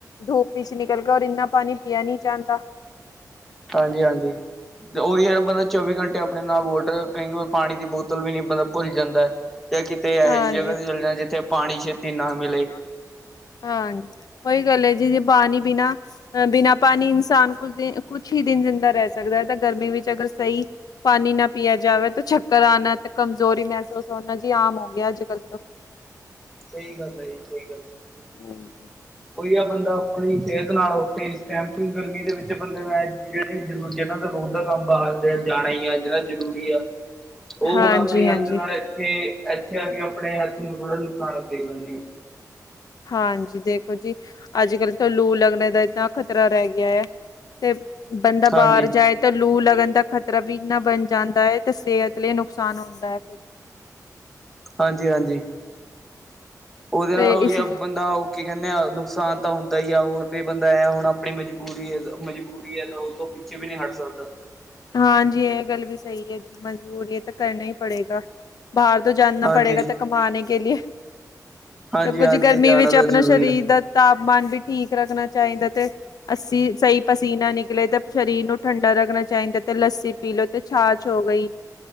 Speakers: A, on the left; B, in the centre.
A: ਧੂਪ ਵਿੱਚ ਨਿਕਲ ਗਿਆ ਔਰ ਇੰਨਾ ਪਾਣੀ ਪੀਿਆ ਨਹੀਂੀ ਜਾਂਦਾ
B: ਹਾਂਜੀ ਹਾਂਜੀ ਤੇ ਉਹੀ ਯ ਬਲ ਚੌਵੀ ਘੰਟੇ ਆਪਣੇ ਨਾਲ ਵੋਟਰ ਕਹਿੰ ਪਾਣੀ ਦੀ ਬੋਤਲ ਵੀ ਨਹੀਂ ਬੰਦਾ ਭੁੱਲ ਜਾਂਦਾ ਤੇ ਕਿਤੇ ਇਹੋ
A: ਹਾਂਜੀ।
B: ਜਿਹੀ ਜਲਗਾ ਤੇ ਚੱਲ ਜਾਂਣਾ ਜਿੱਥੇ ਪਾਣੀ ਛੇਤੀ ਨਾ ਮਿਲੇ।
A: ਮਿਲੇ। ਹਾਂਜੀ ਉਹੀ ਗੱਲ ਜੀ ਜੇ ਪਾਣੀ ਬੀਨਾ ਅ ਬਿਨਾਂ ਪਾਣੀ ਇਨਸਾਨ ਕੁਛ ਦਿ ਕੁਛ ਹੀ ਦਿਨ ਜ਼ਿੰਦਾ ਰਹਿ ਸਕਦਾ ਹੈ ਤਾਂ ਗਰਮੀ ਵਿੱਚ ਅਗਰ ਸਹੀ ਪਾਣੀ ਨਾ ਪੀਿਆ ਜਾਵੇ ਤਾਂ ਚਕਰ ਆਉਣਾ ਤੇ ਕਮਜ਼ੋਰੀ ਮਹਿਸੂਸ ਹੋਣਾ ਜੀ ਆਮ ਹੋ ਗਿਆ ਅੱਜ ਕੱਲ ਤੋਂ
B: ਸਹੀ ਗੱਲ ਹੈ ਜੀ ਸਹੀ ਗੱਲ।
A: ਹਾਂਜੀ।
B: ਕੋਈ ਆ ਬੰਦਾ ਆਪਣੀ ਸਿਹਤ ਨਾਲ ਉੱਥੇ ਸਟੈਂਪਿੰਗ ਗਰਮੀ ਦੇ ਵਿੱਚ ਬੰਦੇ ਨੂੰ ਜਿਹੜੇ ਜਿਹਨਾਂ ਦਾ ਰੋਡ ਦਾ ਕੰਮ ਬਾਹਰ ਜਾਣਾ ਹੀ ਆ ਜਨਾ ਜ਼ਰੂਰੀ ਆ ਉਹ
A: ਹਾਂਜੀ
B: ਹੁਣ ਆਪਣੀ
A: ਹਾਂਜੀ।
B: ਅੰਤ ਨਾਲ ਇੱਥੇ ਇੱਥੇ ਆ ਕੇ ਆਪਣੇ ਹੱਥ ਨੂੰੜ ਨੂੰ ਖਾਣਾ ਦੇ ਲਦੇ ਹਾਂ।
A: ਹਾਂਜੀ ਦੇਖੋ ਜੀ ਅੱਜ ਕੱਲ ਤੋਂ ਲੂ ਲੱਗਣੇ ਦਾ ਇਨਾ ਖ਼ਤਰਾ ਰਹਿ ਗਿਆ ਹੈ ਤੇ ਬੰਦਾ
B: ਹਾਂਜੀ,
A: ਬਾਹਰ ਜਾਏ। ਤੇ ਲੂ ਲਗਣ ਦਾ ਖ਼ਤਰਾ ਵੀ ਇੰਨਾ ਬਣ ਜਾਂਦਾ ਹੈ ਤੇ ਸਿਹਤ ਲਈ ਨੁਕਸਾਨ ਹੁੰਦਾ ਹੈ ਫਿਰ
B: ਹਾਂਜੀ ਹਾਂਜੀ। ਉਹਦੇ
A: ਤੇ
B: ਨਾਲ ਉਹੀ
A: ਇਸ
B: ਆ ਬੰਦਾ ਉਹ ਕੀ ਕਹਿੰਦੇ ਆ ਨੁਕਸਾਨ ਤਾਂ ਹੁੰਦਾ ਹੀ ਆ ਹੋਰ। ਵੀ ਬੰਦਾ ਐ ਹੁਣ ਆਪਣੀ ਮਜਬੂਰੀ ਹੈ ਮਜਬੂਰੀ ਹੈ ਤਾਂ ਉਹ ਤੋਂ ਪਿੱਛੇ ਵੀ ਨਹੀਂ ਹਟ ਸਕਦਾ।
A: ਹਾਂਜੀ ਇਹ ਗੱਲ ਵੀ ਸਹੀ ਹੈ ਜੀ ਮਜਬੂਰੀ ਹੈ ਤਾਂ ਕਰਨਾ ਹੀ ਪੜੇਗਾ। ਬਾਹਰ ਤੋਂ ਜਾਨਨਾ
B: ਹਾਂਜੀ
A: ਪੜੇਗਾ ਤਾਂ ਕਮਾ ਕੇ ਲ
B: ਹਾਂਜੀ
A: ਤਾਂ ਕੁਝ
B: ਹਾਂਜੀ
A: ਗਰਮੀ
B: ਜਾਣਾ
A: ਵਿੱਚ
B: ਤਾਂ
A: ਆਪਣਾ
B: ਜ਼ਰੂਰੀ
A: ਸਰੀਰ
B: ਆ
A: ਦਾ ਤਾਪਮਾਨ ਵੀ ਠੀਕ ਰੱਖਣਾ ਚਾਹੀਦਾ ਤੇ ਅੱਸੀ ਸਹੀ ਪਸੀਨਾ ਨਿਕਲੇ ਤੇ ਸਰੀਰ ਨੂੰ ਠੰਡਾ ਰੱਖਣਾ। ਚਾਹੀਦਾ ਤੇ ਲੱਸੀ ਪੀ ਲੋਓ ਤੇ ਛਛ ਹੋ ਗਈ।